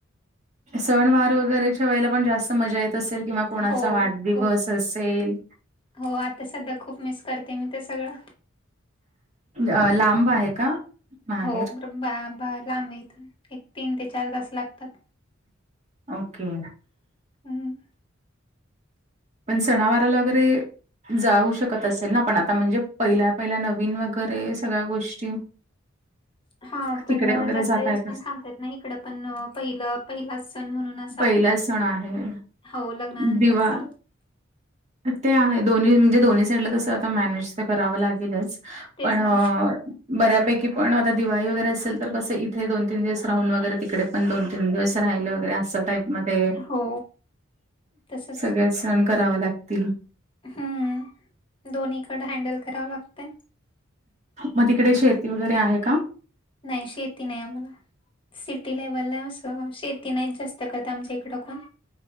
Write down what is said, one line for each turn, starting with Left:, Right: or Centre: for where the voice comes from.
Right: सण वार वगैरेच्या वेळेला पण जास्त मजा येत असेल किंवा कोणाचा
Left: हो
Right: वाढदिवस
Left: खूप
Right: असेल.
Left: हो आता सध्या खूप मिस करते मी ते सगळं.
Right: अ लांब आहे का? माहेर?
Left: हो ब बा बा लांबयेत एक तीन ते चार तास लागतात.
Right: ओके
Left: हम्म
Right: पण सणावाराला वगैरे जाऊ शकत असेल ना पण आता म्हणजे पहिल्या पहिल्या नवीन वगैरे सगळ्या गोष्टी.
Left: हा पण
Right: तिकडे वगैरे
Left: जास्त
Right: जाता
Left: दिवस
Right: येत
Left: पण
Right: अस
Left: थांबता येत नाही इकडं पण पहिलं पहिलाच सण म्हणून असं.
Right: पहिलाच सण आहे.
Left: हो लग्नानंतरचा.
Right: दिवा ते आहे दोन्ही म्हणजे दोन्ही साईडला तसं आता मॅनेज तर करावं लागेलच
Left: तेच
Right: पण.
Left: ना
Right: बऱ्यापैकी पण आता दिवाळी वगैरे असेल तर कसं इथे दोन तीन दिवस राहून वगैरे तिकडे पण दोन तीन दिवस राहिले वगैरे असं काही म ते
Left: हो तसच
Right: सगळे सण करावे लागतील.
Left: हम्म दोन्हीकडं हैंडल करावं लागतं.
Right: मग तिकडे शेती वगैरे आहे का?
Left: नाही शेती नाही आम्हाला. सिटी लेव्हलला असं शेती नाहीत जास्त करत आमच्या इकडं कोण.